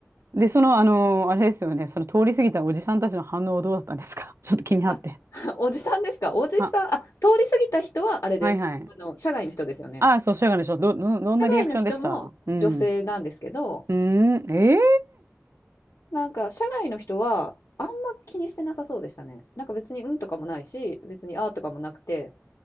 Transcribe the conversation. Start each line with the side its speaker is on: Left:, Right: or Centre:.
Right: でそのあのあれですよねその通り過ぎたおじさんたちの反応はどうだったんですか <laughs> ちょっと気になって
Left: あ、<laughs> おじさんですか。おじさん、
Right: あ
Left: あ、通り過ぎた人はあれです。
Right: はいはい
Left: あの、社外の人ですよね。
Right: ああ、そう、社外の人、ど、ど、どんなリアクションでしたうん。
Left: 社外の人も女性なんですけど、
Right: うーん、えー、
Left: なんか社外の人はあんま気にしてなさそうでしたね。なんか別にうんとかもないし、別にあーとかもなくて、